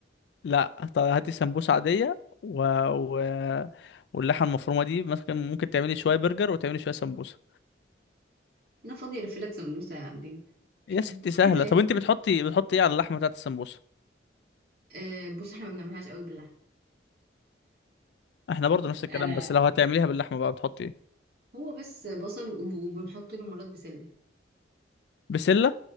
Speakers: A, on the left; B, on the right.
A: لا طب هاتي سمبوسة عادية و... و... واللحمة المفرومة دي مثلا ممكن تعملي شوية برجر وتعملي شوية سمبوسة
B: انا فاضية الف لك سمبوسة يا عبدين
A: يا ستي
B: <laughs>
A: سهلة
B: عايزة
A: طب
B: اكل
A: انت بتحطي بتحطي ايه على اللحمة بتاعت السمبوسة
B: أه بص احنا ما بنعملهاش قوي باللحمة
A: احنا برضو نفس الكلام
B: انا
A: بس لو هتعمليها باللحمة بقى بتحطي ايه
B: هو بس بصل وب- وبنحط له مرات بسلة
A: بسلة